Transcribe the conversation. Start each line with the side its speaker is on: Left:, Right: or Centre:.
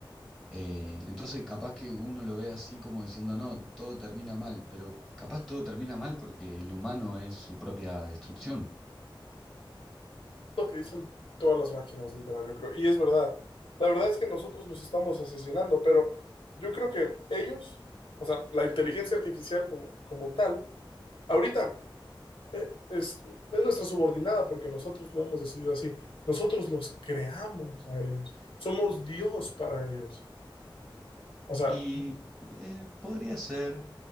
Centre: Eh, entonces capaz que uno lo ve así como diciendo, no, todo termina mal, pero capaz todo termina mal porque el humano es su propia destrucción.
Left: lo que dicen todas las máquinas, literal, yo creo. Y es verdad. La verdad es que nosotros nos estamos asesinando, pero yo creo que ellos, o sea, la inteligencia artificial como, como tal, ahorita eh, es, es nuestra subordinada porque nosotros lo hemos decidido así. Nosotros los creamos a ellos. Somos Dios para ellos. O sea,
Centre: Y eh, podría ser,